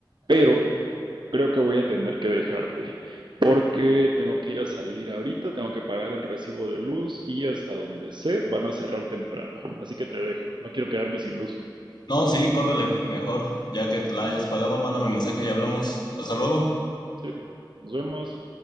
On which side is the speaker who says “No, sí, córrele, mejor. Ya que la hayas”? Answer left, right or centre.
Left